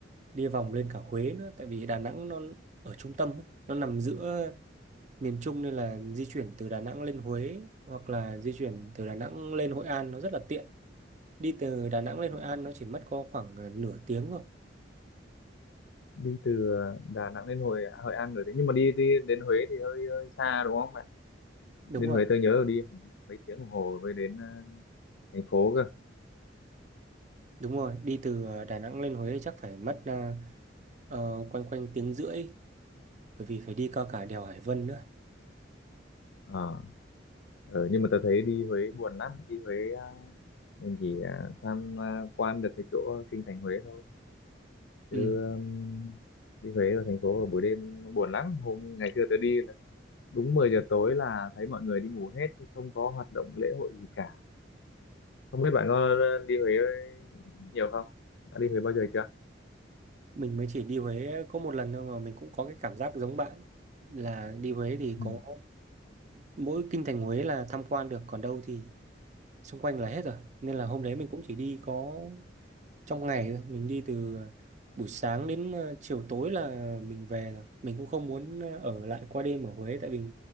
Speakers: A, on the right (about 40°); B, on the left (about 70°).
A: đi vòng lên cả Huế nữa tại vì Đà Nẵng nó ở trung tâm ấy, nó nằm giữa miền Trung nên là di chuyển từ Đà Nẵng lên Huế hoặc là di chuyển từ Đà Nẵng lên Hội An nó rất là tiện. Đi từ Đà Nẵng lên
B: Ờ.
A: Hội An nó chỉ mất có khoảng à, nửa tiếng thôi.
B: đi từ ờ, Đà Nẵng đến Hội Hội An rồi đấy nhưng mà đi đi đến Huế thì hơi hơi xa đúng không
A: Đúng
B: đến
A: rồi,
B: Huế tôi nhớ là đi mấy tiếng đồng hồ mới đến ờ, thành phố cơ
A: đúng rồi, đi từ à, Đà Nẵng lên Huế chắc phải mất à, ờ, quanh quanh tiếng rưỡi bởi vì phải đi qua cả đèo Hải Vân nữa.
B: ờ ờ, nhưng mà tôi thấy đi Huế buồn lắm đi Huế ờ, mình chỉ ờ, tham ờ, quan được cái chỗ kinh thành Huế thôi chứ
A: Ừ,
B: ừm, đi Huế ở thành phố vào buổi đêm nó buồn lắm hôm ngày xưa tôi đi là đúng 10 giờ tối là thấy mọi người đi ngủ hết chứ không có hoạt động lễ hội gì cả không biết bạn có ờ, đi Huế nhiều không đã đi Huế bao giờ chưa
A: mình mới chỉ đi Huế có một lần thôi mà mình cũng có cái cảm giác giống bạn là đi Huế thì
B: <laughs>
A: có mỗi kinh thành Huế là tham quan được còn đâu thì xung quanh là hết rồi. Nên là hôm đấy mình cũng chỉ đi có trong ngày thôi. mình đi từ buổi sáng đến ờ, chiều tối là mình về rồi mình cũng không muốn ờ, ở lại qua đêm ở Huế tại vì